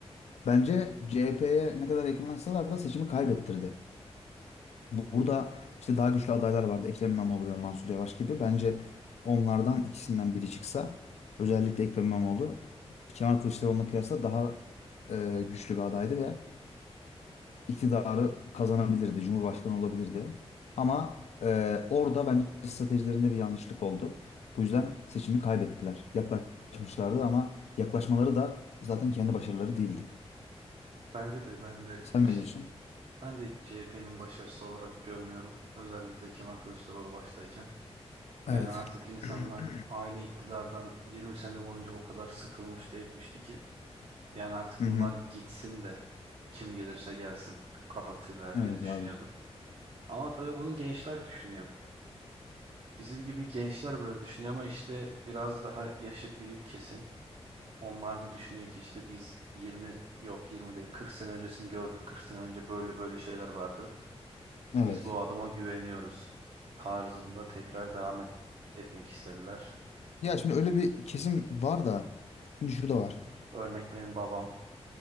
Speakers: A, on the left; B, on the right.
A: bence CHP'ye ne kadar yakınlaşsalar da seçimi kaybettirdi. Bu- Burada işte daha güçlü adaylar vardı. Ekrem İmamoğlu ve Mansur Yavaş gibi. Bence onlardan ikisinden biri çıksa özellikle Ekrem İmamoğlu Kemal Kılıçdaroğlu'na kıyasla daha e, güçlü bir adaydı ve iktidarı kazanabilirdi, cumhurbaşkanı olabilirdi. Ama e, orada bence stratejilerinde bir yanlışlık oldu. Bu yüzden seçimi kaybettiler. Yaklaşmışlardı ama yaklaşmaları da zaten kendi başarıları değildi.
B: Bence de ben de hiç
A: Sen ne diyorsun?
B: ben de hiç CHP'nin başarısı olarak görmüyorum. Özellikle Kemal Kılıçdaroğlu baştayken. Yani
A: Evet.
B: artık insanlar
A: <clears throat>
B: aynı iktidardan 20 sene boyunca o kadar sıkılmış da etmişti ki Yani artık
A: Hı
B: bunlar
A: hı.
B: gitsin de kim gelirse gelsin kafasıyla herkes
A: Evet
B: düşünüyordu.
A: abi.
B: Ama tabii bunu gençler düşünüyor. Bizim gibi gençler böyle düşünüyor ama işte biraz daha yaşı büyük kesim. Onlar da düşünüyor ki işte biz 20 yok 20 değil 40 sene öncesini gördük. 40 sene önce böyle böyle şeyler vardı.
A: Evet.
B: Biz bu adama güveniyoruz tarzında tekrar devam et- etmek istediler.
A: Ya şimdi öyle bir kesim var da şimdi şu da var.
B: Örnek benim babam